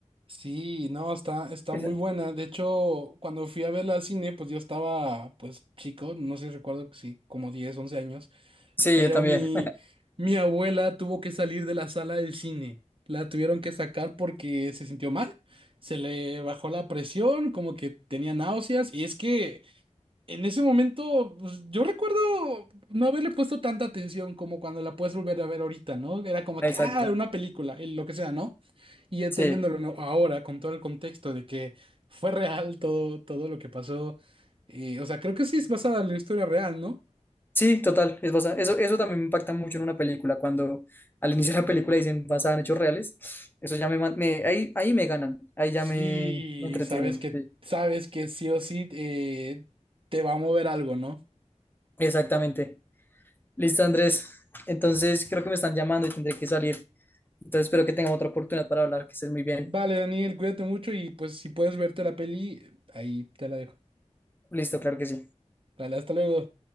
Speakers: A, on the right; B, on the left.
A: Sí, no, está, está
B: Esa-
A: muy buena. De hecho, cuando fui a verla al cine, pues yo estaba, pues chico, no sé, recuerdo que sí, como 10 11 años.
B: Sí,
A: Pero
B: yo también.
A: mi, mi abuela tuvo que salir de la sala del cine. La tuvieron que sacar porque se sintió mal. Se le bajó la presión, como que tenía náuseas. Y es que en ese momento, pues, yo recuerdo no haberle puesto tanta atención como cuando la puedes volver a ver ahorita, ¿no? Era como
B: <laughs> Exacto.
A: que, ah, una película, y lo que sea, ¿no? Y entendiéndolo
B: Sí.
A: ¿no? ahora con todo el contexto de que fue real todo, todo lo que pasó. eh, o sea, creo que sí es basada en la historia real, ¿no?
B: Sí, total, es basada. Eso, eso también me impacta mucho en una película, cuando al inicio de la película dicen basada en hechos reales, eso ya me, man- me- ahí, ahí me ganan, ahí ya
A: Sí,
B: me, me entretienen.
A: sabes que,
B: Sí.
A: sabes que sí o sí eh, te va a mover algo, ¿no?
B: Exactamente. Listo, Andrés. Entonces creo que me están llamando y tendré que salir. Entonces espero que tengamos otra oportunidad para hablar, que estés muy bien.
A: Vale, Daniel, cuídate mucho y pues si puedes verte la peli, ahí te la dejo.
B: Listo, claro que sí.
A: Vale, hasta luego.